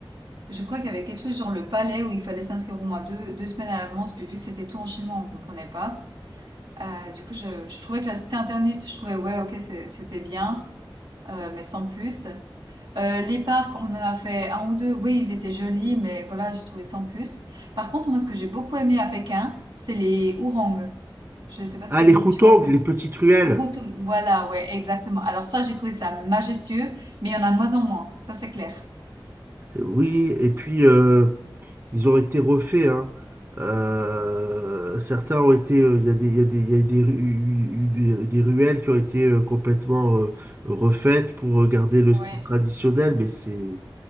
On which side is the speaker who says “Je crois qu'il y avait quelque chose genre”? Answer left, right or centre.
Right